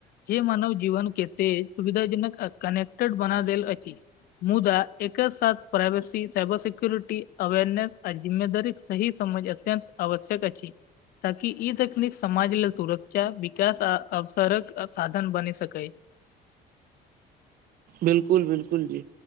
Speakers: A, on the left (about 60°); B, on the right (about 60°).
A: जे मानव जीवन के तेज सुविधाजनक आ कनेक्टेड बना देल अछि। मुदा एके साथ प्राइवसी साइबर सिक्यरिटी अवरनेस आ जिम्मेदारीक सही समझ अत्यत आवश्यक अछि। ताकि ई तकनीक समाज लेल तुरक्षा विकास आ अवसरक अबसाधन बन स‌कै।
B: बिलकुल बिलकुल जी